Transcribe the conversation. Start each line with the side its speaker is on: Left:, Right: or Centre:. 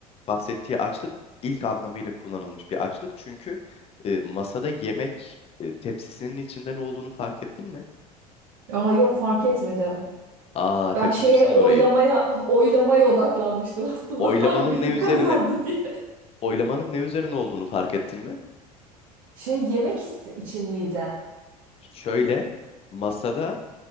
Left: bahsettiği açlık ilk anlamıyla kullanılmış bir açlık. Çünkü e, masada yemek e, tepsisinin içinde ne olduğunu fark ettin mi?
Right: Aa yok fark etmedim.
Left: Aa kaçırmışsın
Right: Ben şeye oylamaya
Left: orayı.
Right: oylamaya odaklanmıştım aslında
Left: Oylamanın
Right: <laughs> hangisi
Left: ne üzerine
Right: kazandı diye.
Left: oylamanın ne üzerine olduğunu fark ettin mi?
Right: Şey yemek is- için miydi?
Left: Şöyle masada